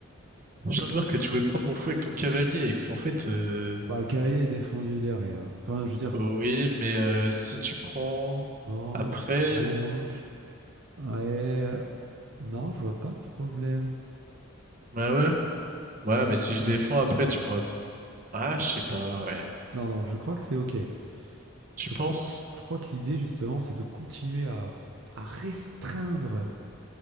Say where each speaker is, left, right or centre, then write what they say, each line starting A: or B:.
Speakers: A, on the right; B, on the right.
A: viens de voir que tu voulais prendre mon fou avec ton cavalier et que c'est en fait... euh,
B: Bah, le cavalier est défendu derrière. Enfin, je veux dire.
A: oh oui, mais euh, si tu prends
B: Mange,
A: après...
B: mange.
A: euh,
B: Ouais. euh, Non, je vois pas le problème.
A: Bah ouais. Ouais, mais si je
B: Yeah.
A: défends après, tu pourras... Ah, je sais pas, ouais.
B: Non, non, je crois que c'est OK.
A: Tu
B: Je
A: penses?
B: crois, je crois que l'idée, justement, c'est de continuer à, à restreindre